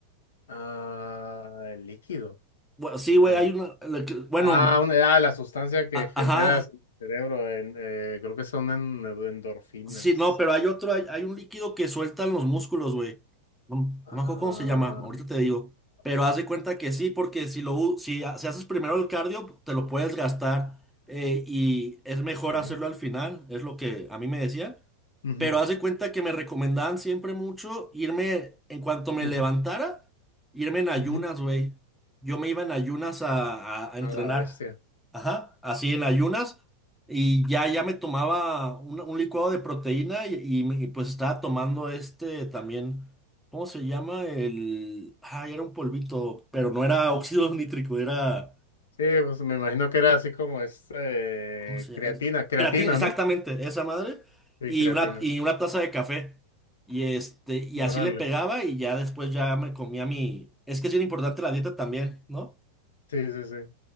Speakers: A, on the left; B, in the centre.
A: Ah, el líquido.
B: Bueno, sí, güey,
A: Ah,
B: hay una, la que- bueno,
A: ah, una- ah, la sustancia que
B: A-
A: generas
B: Ajá,
A: en el cerebro, en, eh, creo que son en, endorfinas.
B: sí, no, pero hay otro, hay, hay un líquido que sueltan los músculos, güey. No, no
A: Ah,
B: me acuerdo cómo se llama,
A: ah,
B: ahorita te digo. Pero
A: ah,
B: haz de cuenta que sí, porque si lo, u- si, ha- si haces primero el cardio, te lo puedes gastar eh, y es mejor
A: ok.
B: hacerlo al final, es lo que a mí me decían.
A: Ujú,
B: Pero haz de cuenta que me recomendaban siempre mucho irme, en cuanto me
A: ujú,
B: levantara, irme en ayunas,
A: ujú.
B: güey. Yo me iba en ayunas a, a- a entrenar.
A: A la bestia.
B: Ajá, así en ayunas. Y ya, ya me tomaba un, un licuado de proteína y, y me- y pues estaba tomando este también, ¿cómo se llama? El... Ah, era un polvito, pero no era óxido <laughs> nítrico, era...
A: Sí, pues me imagino que era así como este
B: ¿Cómo se
A: creatina,
B: llama? Es-
A: creatina,
B: Creatina, exactamente,
A: ¿no?
B: esa madre.
A: Sí,
B: Y
A: creatina.
B: una, y una taza de café. Y este, y
A: Órale.
B: así le pegaba y ya después ya me comía mi. Es que es bien importante la dieta también, ¿no?
A: Sí, sí, sí.